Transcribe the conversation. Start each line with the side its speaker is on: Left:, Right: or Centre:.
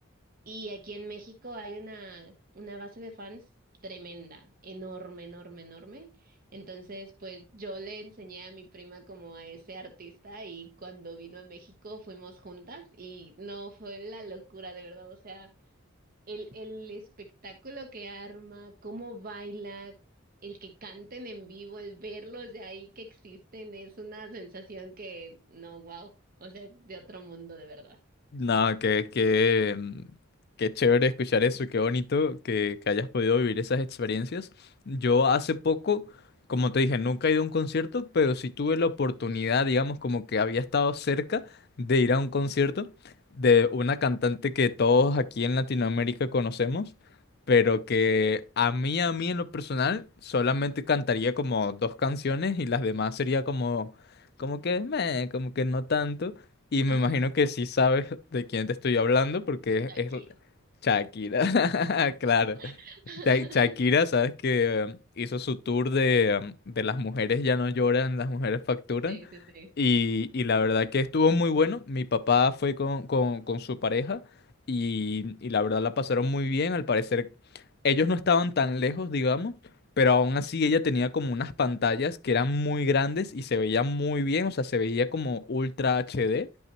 Right: Y aquí en México hay una, una base de fans tremenda, enorme, enorme, enorme. Entonces, pues yo le enseñé a mi prima como a ese artista y cuando vino a México fuimos juntas y no, fue la locura, de verdad. O sea, el, el espectáculo que arma, cómo baila, el que canten en vivo, el verlos de ahí que existen, es una sensación que, no, wow, o sea, es de otro mundo, de verdad.
Left: Nada, qué, qué, mm, qué chévere escuchar eso, qué bonito que, que hayas podido vivir esas experiencias. Yo hace poco, como te dije, nunca he ido a un concierto, pero sí tuve la oportunidad, digamos, como que había estado cerca de ir a un concierto de una cantante que todos aquí en Latinoamérica conocemos, pero que a mí, a mí en lo personal, solamente cantaría como dos canciones y las demás sería como, como que, meh, como que no tanto. Y me
Right: Ajá,
Left: imagino que sí sabes de quién te estoy hablando porque
Right: Shakira.
Left: es es Shakira. <laughs> Claro.
Right: <laughs>
Left: Sha- Shakira, ¿sabes que em, hizo su tour de, em, de las mujeres ya no lloran, las mujeres facturan?
Right: Sí, sí, sí.
Left: Y, y la verdad que estuvo muy bueno. Mi papá fue con, con- con su pareja y, y la verdad la pasaron muy bien. Al parecer ellos no estaban tan lejos, digamos, pero aún así ella tenía como unas pantallas que eran muy grandes y se veía muy bien, o sea, se veía como ultra HD